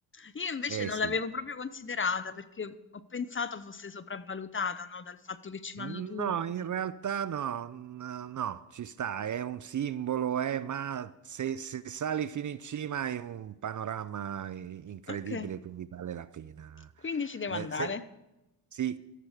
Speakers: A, on the left; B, on the right.
A: Io invece
B: Eh
A: non
B: sì,
A: l'avevo proprio considerata perché ho pensato fosse sopravvalutata, no, dal fatto che ci vanno
B: No,
A: tutti.
B: in realtà no, n- no, ci sta, è un simbolo, eh, ma se, se sali fino in cima hai un panorama i- incredibile,
A: Okay,
B: quindi vale la pena.
A: quindi ci devo
B: Eh,
A: andare.
B: se- sì,